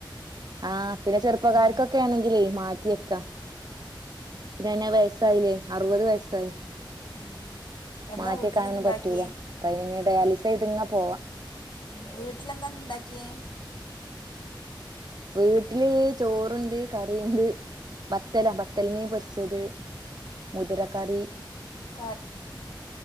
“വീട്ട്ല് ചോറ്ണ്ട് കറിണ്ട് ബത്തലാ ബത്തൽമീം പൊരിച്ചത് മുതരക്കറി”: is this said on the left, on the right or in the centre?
Right